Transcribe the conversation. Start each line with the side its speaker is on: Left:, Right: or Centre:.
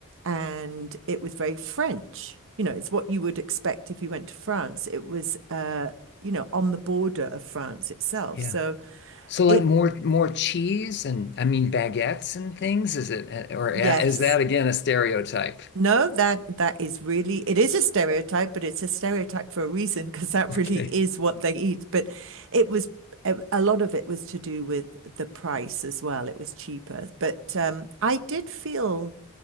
Right: and it was very French. You know, it's what you would expect if you went to France. It was, uh, you know, on the border of France itself.
Left: Yeah.
Right: So
Left: So like
Right: it,
Left: more more cheese and I mean baguettes and things, is it or
Right: yes,
Left: eh, is that again a stereotype?
Right: No, that that is really it is a stereotype, but it's a stereotype for a reason because that
Left: Okay.
Right: really is what they eat. But it was a, a lot of it was to do with the price as well. It was cheaper. But um, I did feel